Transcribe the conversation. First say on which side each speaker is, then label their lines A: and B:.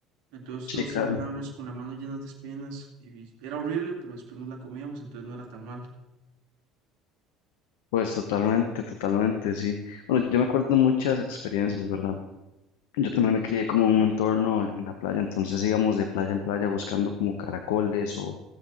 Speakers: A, on the right; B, on the left.
A: Entonces
B: Sí,
A: todos
B: claro.
A: terminábamos con la mano llenas de espinas y era horrible, pero después nos la comíamos, entonces no era tan mal.
B: Pues totalmente, totalmente, sí. Bueno, yo me acuerdo muchas experiencias, ¿verdad? Yo también me crié como en un entorno en la playa, entonces íbamos de playa en playa buscando como caracoles o,